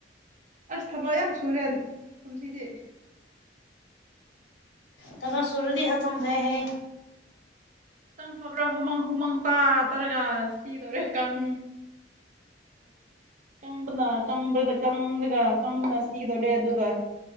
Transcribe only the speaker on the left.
ꯍ ꯇ ꯁꯨꯔꯗꯤ ꯍꯁꯝꯗ ꯍꯌꯦ